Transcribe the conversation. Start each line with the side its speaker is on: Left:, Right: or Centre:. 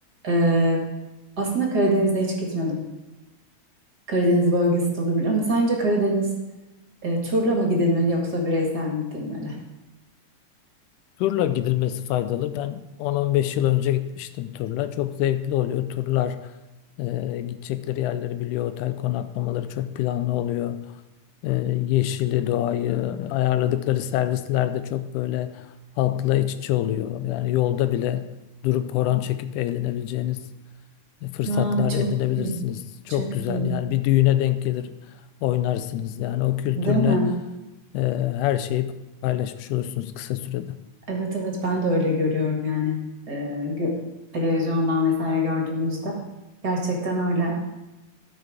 Right: Ee, aslında Karadeniz'de hiç gitmedim. Karadeniz bölgesi de olabilir ama sence Karadeniz e, turla mı gidilmeli yoksa bireysel mi gidilmeli?
Left: Turla gidilmesi faydalı. Ben 10-15 yıl önce gitmiştim turla. Çok zevkli oluyor. Turlar e, gidecekleri yerleri biliyor. Otel konaklamaları çok planlı oluyor. E, yeşili, doğayı, ayarladıkları servisler de çok böyle halkla iç içe oluyor. Yani yolda bile durup horon çekip eğlenebileceğiniz e, fırsatlar
Right: Ha, çok
Left: edinebilirsiniz.
Right: güzel.
Left: Çok
Right: Çok
Left: güzel.
Right: iyi.
Left: Yani bir düğüne denk gelir oynarsınız. Yani o kültürle
Right: Değil mi?
Left: e, her şeyi paylaşmış olursunuz kısa sürede.
Right: Evet evet ben de öyle görüyorum yani. Ee, gö- televizyondan vesaire gördüğümüzde. Gerçekten öyle.